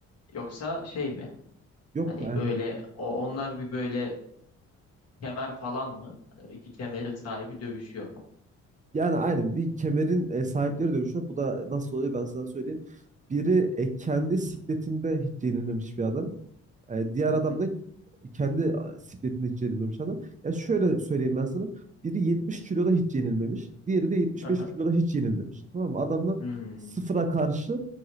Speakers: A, on the left; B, on the right.
A: yoksa şey mi?
B: Yok
A: Hani
B: e,
A: öyle o, onlar bir böyle kemer falan mı? Hani o iki kemerin sahibi dövüşüyor mu?
B: Yani aynen bir kemerin e, sahipleri dövüşüyor. Bu da nasıl oluyor ben sana söyleyeyim. Biri e, kendi sikletinde hiç yenilmemiş bir adam. E, diğer
A: Hı
B: adam
A: hı.
B: da kendi a, sikletinde hiç yenilmemiş adam. Ya şöyle söyleyeyim ben sana. Biri 70 kiloda hiç yenilmemiş. Diğeri de 75
A: Aha.
B: kiloda hiç yenilmemiş. Tamam mı? Adamlar
A: Hmm,
B: sıfıra karşı